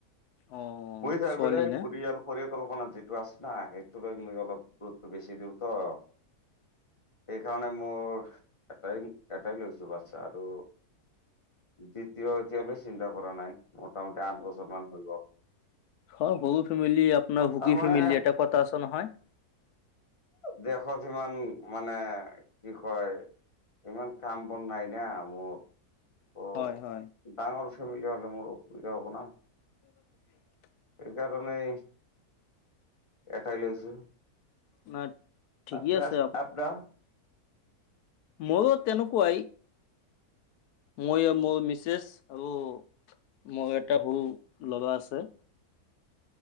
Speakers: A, on the left; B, on the left.
A: অ
B: <unintelligible> পৰিকল্পনাত
A: ছোৱালী নে
B: যিটো আছে না, সেইটো লৈ মই অলপ গুৰুত্বটো বেছি দিওঁ ত'। সেইকাৰণে মোৰ এটাই, এটাই লৈছোঁ, বাচ্ছা আৰু দ্বিতীয়, এতিয়ালৈ চিন্তা কৰা নাই, মোটামুটি আঠ বছৰ মান হৈ গ।
A: অ', সৰু ফেমিলি আপোনাৰ সুখী
B: তাৰমানে
A: ফেমিলি এটা কথা আছে নহয়।
B: দেশত সিমান মানে, কি কয় ইমান, কাম বন নাই না মোৰ। ত'
A: হয়, হয়।
B: ডাঙৰ ফেমেলি হ'লে, মোৰ অসুবিধা হ'ব না।
A: <inaudible>
B: সেকাৰণেই এটাই লৈছোঁ। <unintelligible>
A: না ঠিকেই আছে মইও তেনেকুৱাই, মই আৰু মোৰ মিছেছ আৰু মোৰ এটা সৰু ল'ৰা আছে।